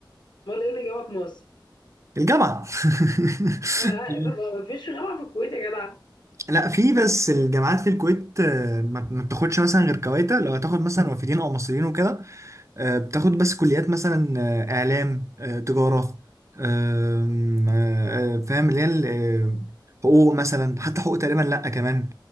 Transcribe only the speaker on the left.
امال ايه اللي جابك مصر؟
آه آه، طب ما فيش جامعة في الكويت يا جدع